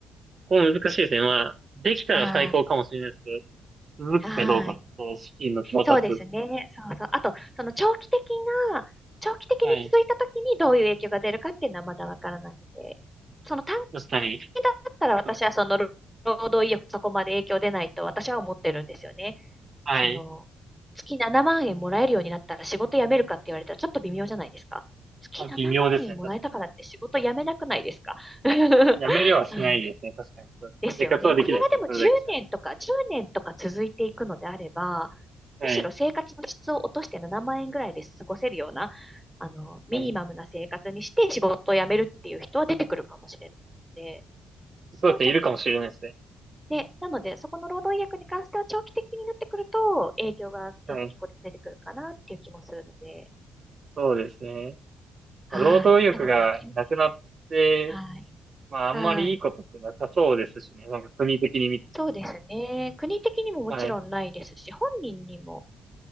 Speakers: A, on the right; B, in the centre.
A: この難しい点は、できたら最高かもしれないですけ
B: は
A: ど、続くかどうかと、
B: い。はい。
A: 資金の調達。
B: そうですね。そうそう。あと、その長期的な、長期的に続いたときにどういう影響が出るかっていうのはまだわからないので、
A: はい。
B: その短
A: 確かに。
B: 期だったら私はその労労働意欲そこまで影響出ないと私は思ってるんですよね。
A: そうですね。はい。
B: その、月7万円もらえるようになったら仕事辞めるかって言われたらちょっと微妙じゃないですか。月7万円もらえたからって仕事辞めなくないですか
A: まあ、微妙ですね。確かに。
B: <laughs>
A: やめれはしないですね。
B: うん
A: 確かに。そうですね生活はできないですね。
B: ですよね。これがでも10年とか、
A: それだけじゃ。
B: 10年とか続いていくのであれば、
A: はい。
B: むしろ生活の質を落として7万円ぐらいで過ごせるような、あの、ミニマムな生活にして仕事を辞めるっていう人は出てくるかもしれないので、
A: はい。
B: そこはちょっと。
A: そうですね。いるかもしれないですね。
B: で、なので、そこの労働意約に関しては長期的になってくると、影響が結構出てくるかなっていう気もするので、
A: はい。そうですね。
B: はい。
A: まあ労働意欲がなくなって、
B: 長くやってみたい。はい。
A: まあ、あんまりいいことってなさそうですしね。
B: はい。
A: なんか国的に見て、
B: そうですね。国的にももちろんないですし、
A: はい。
B: 本人にも